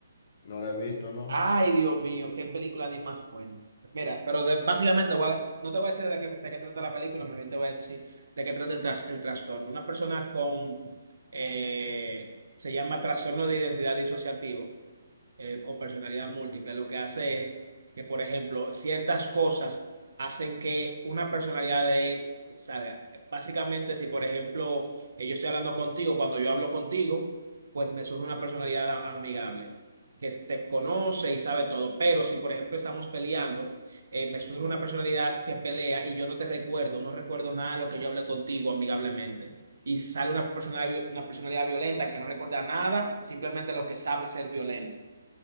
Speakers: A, on the left; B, on the right.
A: No lo he visto, ¿no?
B: Ay, Dios mío, qué película ni más buena. Mira, pero de- básicamente voy a- no te voy a decir de qué, de qué trata la película, más bien te voy a decir de qué trata el, tras- el trastorno. Una persona con, eh, se llama trastorno de identidad disociativo eh, o personalidad múltiple. Lo que hace es que, por ejemplo, ciertas cosas hacen que una personalidad de él salga. Básicamente, si por ejemplo eh, yo estoy hablando contigo, cuando yo hablo contigo, pues me surge una personalidad a- amigable. que te conoce y sabe todo, pero si por ejemplo estamos peleando, eh, me surge una personalidad que pelea y yo no te recuerdo, no recuerdo nada de lo que yo hablé contigo amigablemente y sale una personalidad, una personalidad violenta que no recuerda nada, simplemente lo que sabe ser violento.